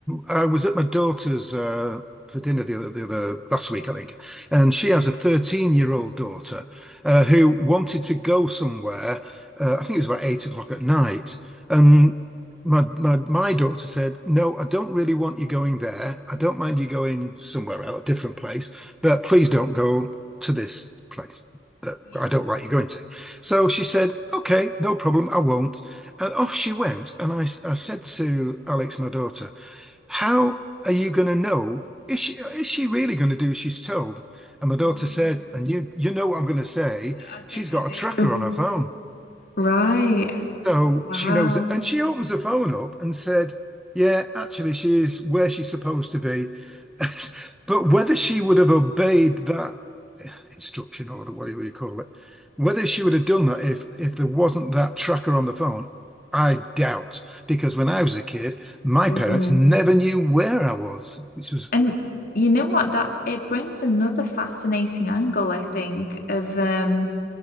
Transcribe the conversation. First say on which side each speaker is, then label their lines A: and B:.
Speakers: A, in the centre; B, on the left.
A: I was at my daughter's uh, for dinner the other, the other last week, I think, and she has a 13-year-old daughter uh, who
B: Mm,
A: wanted to go somewhere. Uh, I think it was about eight o'clock at night, and my, my my daughter said, "No, I don't really want you going there. I don't mind you going somewhere else, a different place, but please don't go to this place that
B: Yeah.
A: I don't like you going to." So she said, "Okay, no problem, I won't." And off she went. And I I said to Alex, my daughter, how are you going to know? Is she, is she really going to do as she's told? And my daughter
B: Mm,
A: said, and you, you know what I'm going to say,
B: I think
A: she's got
B: I do.
A: a tracker on her phone.
B: right.
A: So
B: Wow.
A: she knows it. And she opens her phone up and said, Yeah, actually, she is where she's supposed to be. <laughs> But whether she would have obeyed that eh, instruction order, whatever you call it, whether she would have done that if if there wasn't that tracker on the phone, I doubt. Because when I was a kid, my
B: Mm.
A: parents never knew where I was, which was,
B: And you know what? That it brings another fascinating angle, I think, of um,